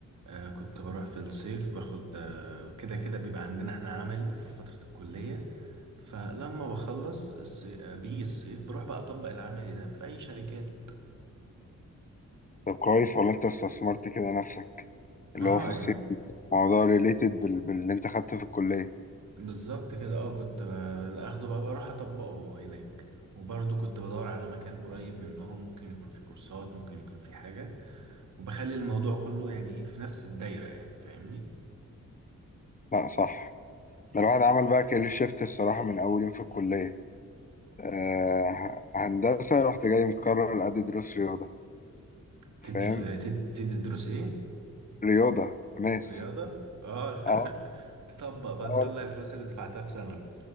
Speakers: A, on the right; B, on the left.
A: آه، كنت بروح في الصيف باخد آه، كده كده بيبقى عندنا احنا عملي في فترة الكلية فلما بخلص الصي- آه، بيجي الصيف بروح بقى اطبق العملي ده في اي شركات
B: طب كويس ولا انت استثمرت كده نفسك اللي
A: اه
B: هو في الصيف
A: يعني
B: موضوع ريليتد بال... باللي انت خدته في الكلية
A: بالظبط كده اه كنت ب- اخده بقى بروح اطبقه هناك وبرضه كنت بدور على مكان قريب منهم ممكن يكون فيه كورسات ممكن يكون فيه حاجة وبخلي الموضوع كله يعني ايه في نفس الدايرة يعني فاهمني
B: لا صح ده الواحد عمل بقى كارير شيفت الصراحة من أول يوم في الكلية آه... هندسة رحت جاي مكرر أدي دروس رياضة
A: تدي
B: فاهم
A: ف... تدي, تدي دروس ايه
B: رياضة ماس
A: رياضة اه <laughs>
B: اه
A: تطبق بقى
B: اه
A: تطلع
B: والله.
A: الفلوس اللي دفعتها في ثانوي